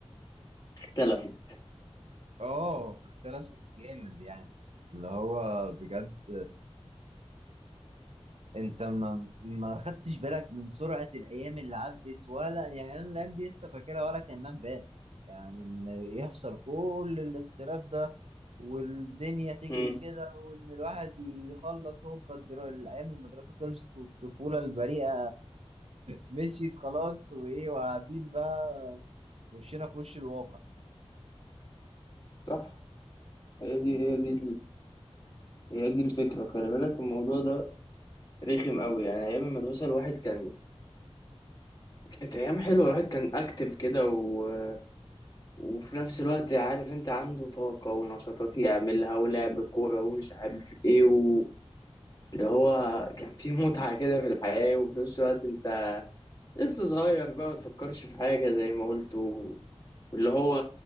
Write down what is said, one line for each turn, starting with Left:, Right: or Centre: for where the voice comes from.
Left: اختلفت
Right: اه اختلفت جامد يعني اللي هو بجد انت ما ما خدتش بالك من سرعة الايام اللي عدت ولا يعني انا الايام دي انت فاكرها ولا كانها امبارح يعني ان يحصل كل الاختلاف ده والدنيا تجري
Left: أمم،
Right: كده وان الواحد يخلص هوبا الدرا- الايام المدرسة خلصت والطفولة البريئة مشيت خلاص وايه وقاعدين بقى وشنا في وش الواقع
Left: صح هي دي هي دي هي دي الفكرة خلي بالك الموضوع ده رخم قوي يعني أيام المدرسة الواحد كان كانت أيام حلوة الواحد كان أكتف كده و... وفي نفس الوقت عارف أنت عنده طاقة ونشاطات يعملها ولعب كورة ومش عارف إيه و... اللي هو كان في متعة كده في الحياة وفي نفس الوقت أنت لسه صغير بقى ما تفكرش في حاجة زي ما قلت واللي هو